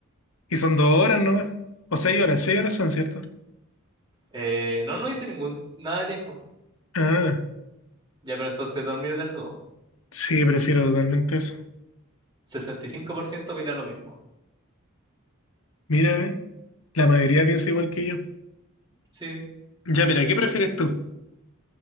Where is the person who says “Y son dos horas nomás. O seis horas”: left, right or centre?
Left